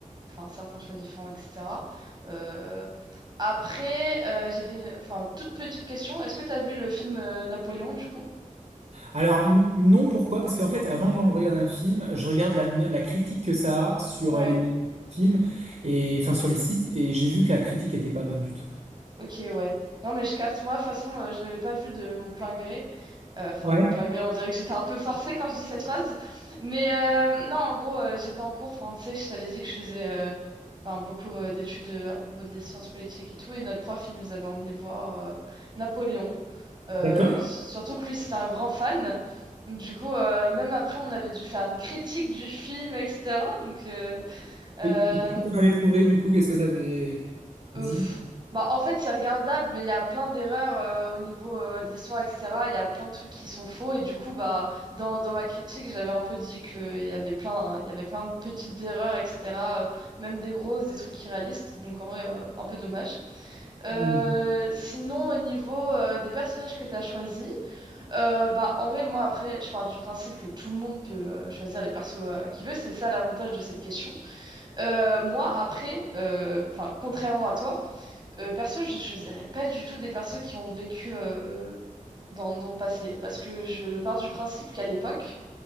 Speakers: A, on the right (about 30°); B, on the right (about 55°).
A: enfin, certains choix différents, etc. Euh, après, euh, j'avais une- enfin toute petite question. Est-ce que t'as vu le film euh, Napoléon, du coup?
B: Alors n- non, pourquoi? Parce qu'en fait, avant de l'en- regarder un film, je regarde la, no- la critique que ça a sur
A: Ouais.
B: euh, les films et enfin sur les sites, et j'ai vu que la critique était pas bonne du tout.
A: Ok, ouais. Non, mais je capte. Moi, de toute façon, euh, je l'avais pas vu de mon plein gré. Euh, Enfin,
B: Ouais,
A: de mon plein gré, on dirait que j'étais un peu forcée quand je dis cette phrase. Mais euh, non, en gros, euh, j'étais en cours. Enfin, tu sais, je t'avais dit que je faisais euh, enfin, beaucoup euh, d'études euh, à propos de les sciences politiques et tout. Et notre prof, il nous avait emmené voir euh, Napoléon. Euh,
B: d'accord.
A: surtout que lui, c'était un grand fan. Donc, Du coup, euh, même après, on avait dû faire une critique du film, etc. Donc, euh, euh,
B: Et, et qu'est-ce que tu avais trouvé du coup? Qu'est-ce que tu avais
A: euh,
B: dit?
A: pff. Bah, en fait, c'est regardable, mais il y a plein d'erreurs euh, au niveau euh, de l'histoire, etc. Il y a plein de trucs qui sont faux. Et du coup, bah, dans, dans ma critique, j'avais un peu dit qu'il y avait plein, il y avait plein de petites erreurs, etc. euh, même des grosses, des trucs irréalistes. Donc, en vrai, euh, un peu dommage. Euh,
B: Hmm.
A: sinon, au niveau euh, des personnages que tu as choisis, euh, bah, en vrai, moi, après, je pars du principe que tout le monde peut euh, choisir les persos euh, qu'il veut. C'est ça l'avantage de cette question. Euh, moi, après, euh, enfin, contrairement à toi, euh, perso, je choisirais pas du tout des persos qui ont vécu euh, dans, dans le passé, parce que je pars du principe qu'à l'époque,